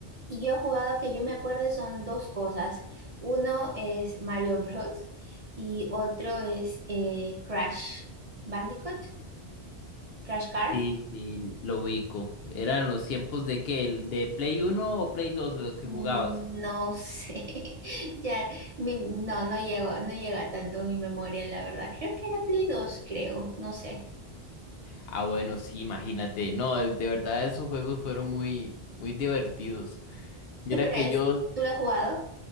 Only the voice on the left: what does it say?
Sí, sí, lo ubico. ¿Eran los tiempos de qué? ¿El ¿De Play uno o Play 2 los que
jugabas?
Ah, bueno, sí, imagínate. No, es- de verdad esos juegos fueron muy, muy divertidos. Mira
que yo